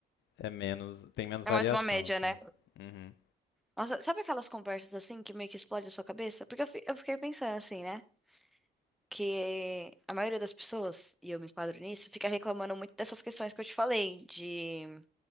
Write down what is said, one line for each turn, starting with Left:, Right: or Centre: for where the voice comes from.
Left: é menos, tem menos
Centre: É
Left: variação,
Centre: mais uma média,
Left: assim.
Centre: né?
Left: Uhum.
Centre: Nossa, sabe aquelas conversas assim que meio que explode a sua cabeça? Porque eu, fi- eu fiquei pensando assim, né? Que a maioria das pessoas, e eu me enquadro nisso, fica reclamando muito dessas questões que eu te falei. De.